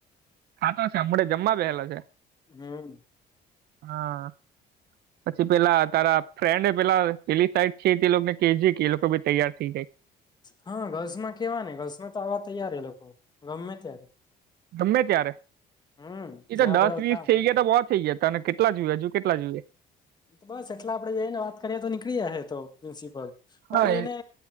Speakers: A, on the right (about 70°); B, on the left (about 25°).
A: ખાતો છે અમને જમવા બેસી ગયેલ છે.
B: હમ્મ.
A: હા.
B: <inaudible>
A: પછી પેલા તારા ફ્રેન્ડ એ પેલા પેલી સાઈડ છે તેને કે જે એ લોકો બી તૈયાર થઈ જાય.
B: હા ઘસ માં કેવા ને ઘલ્સમાં તો આવવા તૈયાર લોકો ગમે ત્યારે
A: ગમે ત્યારે
B: હમ
A: એ
B: જ્યાં
A: તો દસ
B: બોલાવ
A: વીસ
B: ત્યાં
A: થઈ ગયા તો બહ થઈ ગયા તને કેટલા જોઈએ હજુ કેટલા જોઈએ
B: બસ એટલે આપડેને વાત કરીએ તો નીકળી હ તો પ્રિન્સિપલ
A: હા
B: પણ
A: એ
B: એને